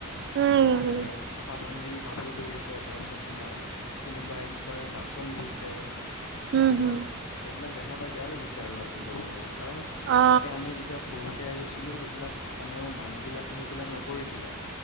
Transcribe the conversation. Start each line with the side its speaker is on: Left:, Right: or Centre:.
Right: হম
Left: ক'ব
Right: উম
Left: গলে চ ভন্টি, কাপোৰ ধুই আছে। তাৰ পিছত তোমাৰ, কোনোবাই কি কয় বাচন ধুইছে।
Right: হম
Left: সেনেকুৱা
Right: হম
Left: সেইবিলাক দেখা পাই বেয়া লাগিছে আৰু আজি ক'ব গ'লে। কাৰণ,
Right: অ
Left: আগতে আমি যেতিয়া সৰুতে আহিছোঁ ছিলো, সেইবিলাক মানে মানুহ বিলাকে সেইবিলাক নকৰিছিলে।